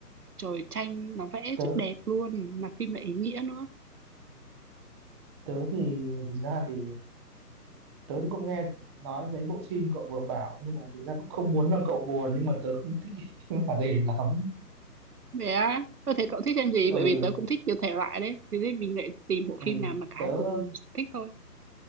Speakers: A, on the right; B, on the right.
A: Trời tranh nó vẽ
B: Tớ
A: rất đẹp luôn, mà phim lại ý nghĩa nữa.
B: tớ thì thực ra thì tớ thì cũng nghe nói mấy bộ phim cậu vừa bảo nhưng mà thực ra cũng không muốn làm cậu buồn nhưng mà tớ không thích cái <laughs> phim hoạt hình lắm
A: Vậy á? tôi thấy cậu thích xem gì?
B: ừ,
A: Bởi vì tớ cũng thích nhiều thể loại đấy, thế thì mình lại tìm bộ
B: ừ
A: phim nào mà cả
B: tớ
A: hai cùng thích thôi.